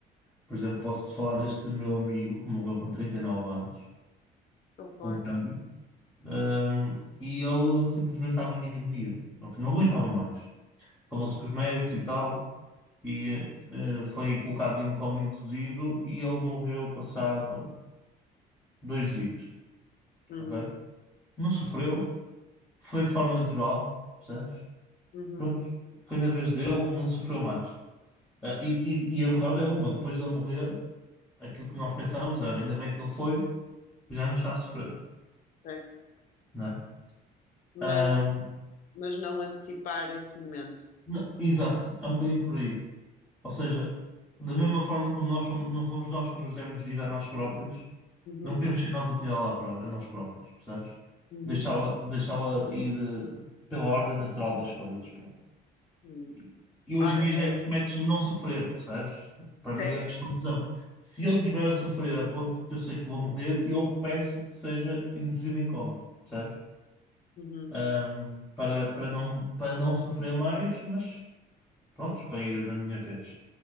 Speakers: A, in the centre; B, on the left.
A: Por exemplo, posso-te falar deste meu amigo que morreu com 39 anos,
B: Concordo.
A: com cancro, hum, e ele simplesmente estava em agonia, porque não aguentava mais. Falou-se com os médicos e tal, e eh, foi colocado em coma induzido e ele morreu passado dois dias,
B: Uhum,
A: ok? Não sofreu, foi de forma natural, percebes?
B: uhum,
A: Pronto, foi na vez dele, não sofreu mais. Ah, e, e e a verdade é uma, depois dele morrer, aquilo que nós pensávamos era, ainda bem que ele foi, já não está a sofrer
B: certo.
A: né?
B: Mas,
A: Ahm,
B: mas não antecipar esse momento.
A: n- exato, é um bocadinho por aí. Ou seja, da mesma forma como nós fomos- não fomos nós que nos demos vida a nós próprios,
B: Uhum,
A: não queremos ser nós a tirá-la a pró- a nós próprios, percebes?
B: uhum,
A: Deixá-la deixá-la ir eh, pela ordem natural das coisas, pronto.
B: uhum.
A: E, e hoje
B: Olha,
A: em dia já
B: pô,
A: existe métodos de não sofrer, percebes? Para
B: certo.
A: mim é a questão, por exemplo, se eu estiver a sofrer a ponto que eu sei que vou morrer, eu peço que seja induzido em coma, percebes?
B: Uhum.
A: Ahm, para, para não, para não sofrer mais, mas Prontos, para ir na minha vez.